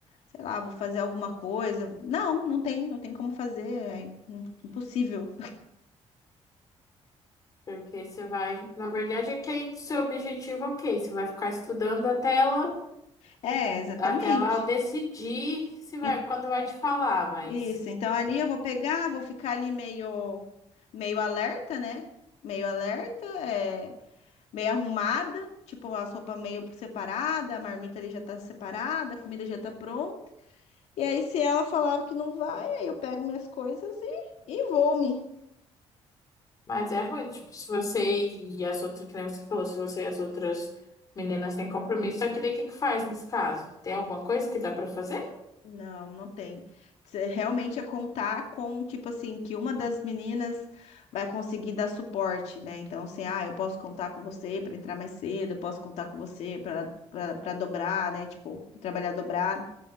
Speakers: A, on the left; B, on the left.
A: sei lá, vou fazer alguma coisa. Não, não tem, não tem como fazer, é impossível.
B: Porque você vai, na verdade, é que é seu objetivo, ok. Você vai ficar estudando até ela,
A: É, exatamente.
B: até ela decidir se vai,
A: E-
B: quando vai te falar, mas.
A: Isso. Então ali eu vou pegar, vou ficar ali meio, meio alerta, né? Meio alerta, é, meio arrumada, tipo a sopa meio separada, a marmita ali já tá separada, a comida já tá pronta. E aí se ela falar que não vai, aí eu pego minhas coisas e, e vou-me.
B: Mas é ruim, tipo, se você e as outras, que nem você falou, se você e as outras meninas têm compromisso, só que daí o que que faz nesse caso? Tem alguma coisa que dá pra fazer?
A: Não, não tem. Cê Realmente é contar com, tipo assim, que uma das meninas vai conseguir dar suporte, né? Então, assim, ah, eu posso contar com você para entrar mais cedo, eu posso contar com você para para dobrar, né? Tipo, trabalhar dobrado.